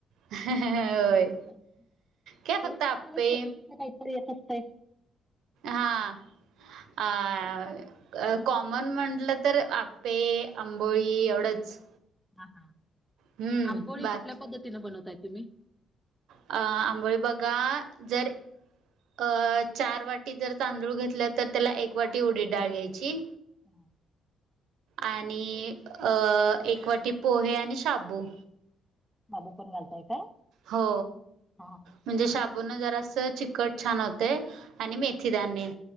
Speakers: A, on the right; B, in the centre.
A: होय
B: ते
A: काय फक्त
B: पण
A: आप्पे
B: आपल्याला छोट्या छट काहीतरी येत असतय
A: हां अ कॉमन म्हटलं तर आपे आंबोळी एवढंच
B: हा हा
A: हम्म
B: आंबोळी
A: बाकी
B: कुठल्या पद्धतीने बनवताय तुम्ही
A: अ आंबोळी बघा जर अ चार वाटी जर तांदूळ घेतलं तर त्याला एक वाटी उडी डाळ घ्यायची
B: हम
A: आणि एक वाटी पोहे आणि शाबू
B: बाबू पण घालताय काय
A: हो
B: हां हां
A: म्हणजे शबून जरा अस चिकट छान होते आणि मेथीदाने,,
B: हां